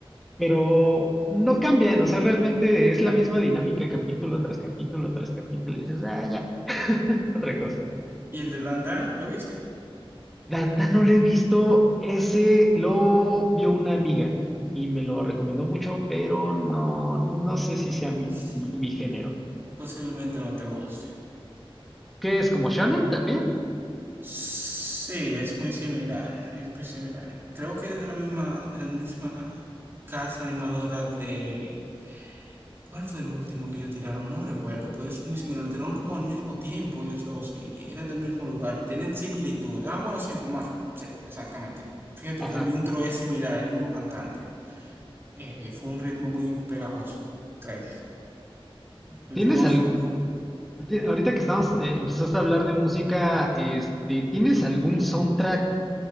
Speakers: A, in the centre; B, on the right.
A: Pero no cambian, o sea, realmente es la misma dinámica capítulo tras capítulo tras capítulo, y dices, ah, ya, <laughs> otra cosa.
B: ¿Y el de Dan Dan? ¿Lo viste?
A: Danda no lo he visto, ese lo vio una amiga y me lo recomendó mucho, pero no, no sé si sea mi,
B: <laughs>
A: mi- mi género.
B: Posiblemente no te guste.
A: ¿Qué es como shonen también?
B: Sí, es muy similar, es muy similar. Creo que es de la misma, de la misma casa animadora de... ¿Cuál fue el último que ellos tiraron? No recuerdo, pero es muy similar. Lo tiraron como al mismo tiempo ellos dos y y era del mismo lugar y tienen similitud. Ah, bueno, sí, The Marshall. Sí, exactamente. Fíjate
A: Ajá.
B: que el intro es similar, el mismo cantante. Eh, fue un ritmo muy pegajoso, creo. El
A: ¿Tienes
B: de Marshall
A: algo? Ahorita que estamos, eh, empezaste a hablar de música, este, ¿tienes algún soundtrack?